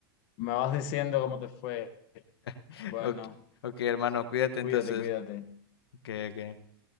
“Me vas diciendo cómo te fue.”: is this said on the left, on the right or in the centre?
Left